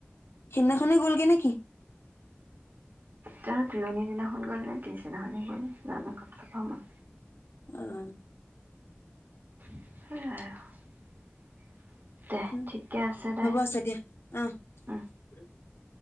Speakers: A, on the left; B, on the right.
A: সিদিনাখনে গ'লগে নেকি?
B: জানো তিলনী দিনাখন গ'ল নে পিছ দিনাখনেই গ'ল। জানো গ'ম নাপাম মই।
A: উম।
B: সেয়াই আৰু। দে
A: উম
B: ঠিকে আছে দে
A: হব আছে দিয়া অ।
B: উম।
A: <unintelligible>